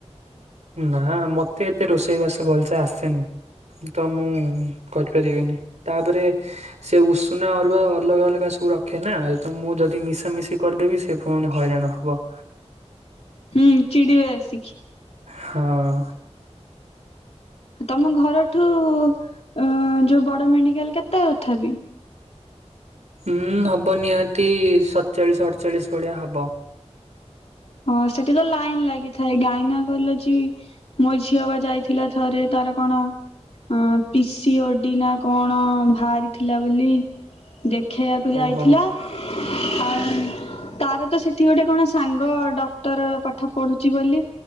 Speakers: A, on the right; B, on the left.
A: ନା ମତେ ଏତେ ରୋଷେଇ ବାସ ଭଲସେ ଆସେନି। ତ ମୁଁ କରିପାରିବିନି ତାପରେ ସେ ଉଷୁନା ଅରୁଆ ଅଲଗା ଅଲଗା ସବୁ ରଖେ ନା ତ ମୁଁ ଯଦି ମିଶା ମିଶି କରିଦେବି ସେ ଫୁ ଫୁଣି ହଇରାଣ ହବ।
B: ହୁଁ ଚିଡିବେ ଆସିକି।
A: ହଁ।
B: ତମ ଘରଠୁ ଅ ଯୋଉ ବଡ ମେଡିକାଲ କେତେ କଥାପି
A: ହୁଁ ହବ ନିହାତି ସଡଚାଳିଶ ଅଡ଼ଚାଳିଶ ଭଳିଆ ହବ।
B: ହଁ ସେଠି ତ ଲାଇନ୍ ଲାଗିଥାଏ ଗାଇନା କଲଜି ମୋ ଝିଅ ବା ଯାଇଥିଲା ଥରେ ତାର କଣ ଅଁ ପି ସି ଓ ଡି ନା କଣ ବାହାରିଥିଲା ବୋଲି ଦେଖେଇବାକୁ ଯାଇଥିଲା।
A: ଓହୋ
B: ଆଉ ତାର ତ ସେଠି ଗୋଟେ କଣ ସାଙ୍ଗ ଡକ୍ଟର ପାଠ ପଢୁଚି ବୋଲି।